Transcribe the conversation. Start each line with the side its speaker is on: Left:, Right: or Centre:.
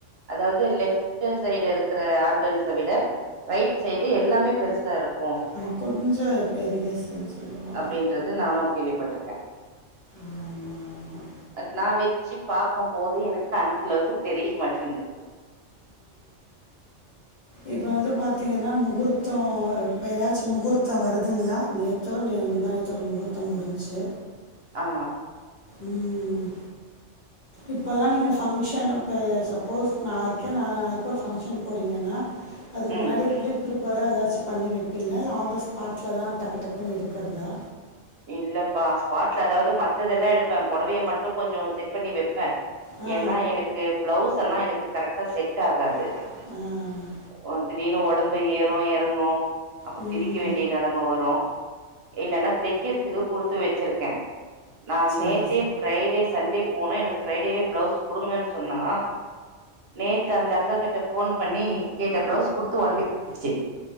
Right: அதாவது லெப்ட்டு சைட் இருக்கற ஆர்கன்ஸ விட ரைட் சைடு எல்லாமே பெருசா இருக் கு
Left: ஆ, கொஞ்சம் பெரிய சன் சொல்லுவாங்க
Right: அப்டின்றது நானு கேள்விப்பட்ருக்க
Left: ஆமாம் ஆமாம்
Right: அ நா வெச்சி பாக்கும்போது எனக்கு அ அந்தளவுக்கு தெரிய மாட்டின்து
Left: இப்ப வந்து பாத்திங்கன்னா முகூர்த்தோ இப்ப எதாச்சு முகூர்த்தோ வருதுங்ளா நேத்தோ நே முந்தாநேத்தோ ஒரு முகூர்த்தம் முடின்ச்சி
Right: ஆ
Left: ம் இப்பல்லா நீங்க ஃபங்க்ஷனப்ப சப்போஸ் நாளைக்கு நாலா நாளைக்கோ ஒரு ஃபங்க்ஷன் போறீங்கனா அதுக் முன்னாடியே
Right: ம்
Left: ப்ரீ ப்ரிப் பறா எதாச்சு பண்ணி வெப்பீங்ளா இல்ல ஆன் த ஸ்பாட்ல தா டக்கு டக்குன்னு எடுக்கறதா
Right: இல்லப்பா ஸ்பாட்ல அதாவது மத்ததெல்லா எடுப்ப பொடவைய மட்டு கொஞ்சோ செட் பண்ணி வெப் ப
Left: ஆ
Right: என்னா எனக்கு ப்ளவுஸ் எல்லா எனக்கு கரக்ட்டா செட் ஆகாது
Left: ஆகாது ஆ
Right: ஒ திடீர்னு ஒடம்பு ஏறு எறங்கு அப்ப
Left: ம்
Right: பிரிக்க வேண்டிய நெலம வரு இல்லன்னா தெக் கிறதுக்கு குடுத்து வெச்சிருக்கே நா
Left: சரி
Right: நேத்தே பிரைடே சண்டே போன எனக்கு ப்ரைடே பிளவுஸ் குடுங்கன் சொன்னா நேத்து அந்த அக்கா கிட்ட போன் பண்ணி கேட்ட பிளவுஸ் குடுத்து ஒன் <inaudible> ச்சு